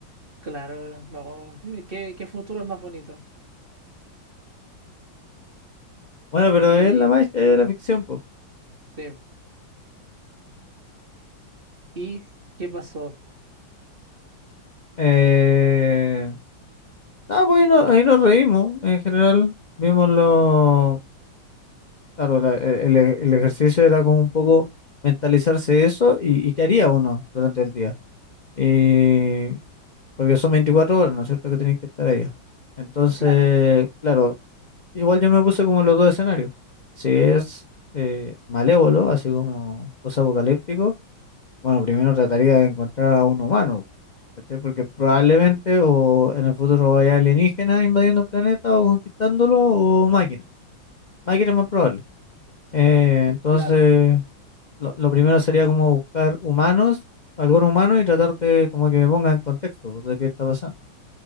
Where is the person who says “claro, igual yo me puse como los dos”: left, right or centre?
Left